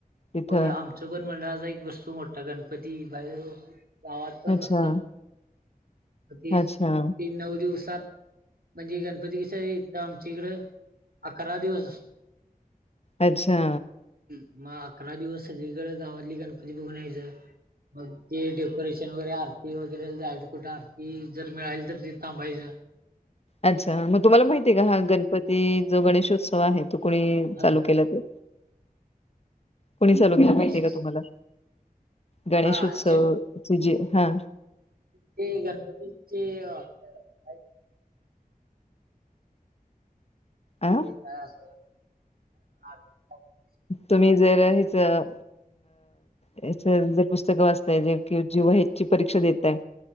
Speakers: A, on the left (about 40°); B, on the right (about 75°).
A: तिथं
B: होय. आमच्या पण मंडळाचा एक बसतो मोठा गणपती बाहेर. गावात पण
A: अच्छा
B: बसतात <unintelligible> तीस
A: अच्छा
B: ती नऊ दिवसात म्हणजे गणपती कसं इथं आमच्या इकडं, अकरा दिवस अस
A: अच्छा.
B: मग अकरा दिवस सगळीकड गावातली गणपती बघून यायचं. मग ते डेकोरेशन वगैरे, आरती वगैरे जायचं कुठ आरती जर मिळाली तर तिथं थांबायचं.
A: अच्छा हा मग तुम्हाला माहिती आहे का? हा गणपती जो गणेशोत्सव आहे तो कुणी
B: ह
A: चालू केला ते. कोणी चालू गेला
B: गणेश
A: माहितीय का तुम्हाला? गणेश
B: हा
A: उत्सव
B: शं-
A: चं जे हा
B: ते गणपतीचे आपलं काय ते
A: अ
B: ते काय आठवना <unintelligible>
A: तुम्ही जर हे अ -जर ह्याच पुस्तकं वाचताय, जे की जीवहेची परीक्षा देताय